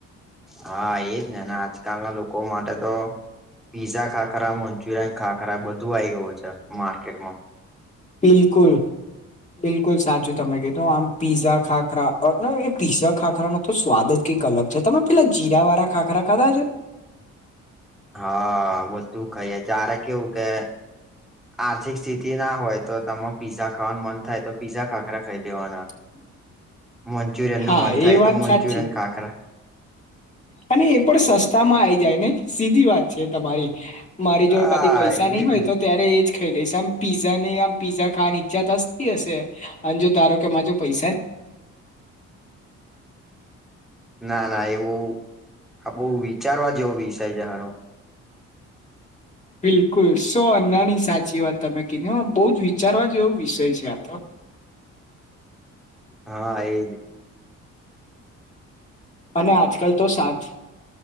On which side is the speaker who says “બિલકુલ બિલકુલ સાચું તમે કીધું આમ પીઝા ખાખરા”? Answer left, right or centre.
Left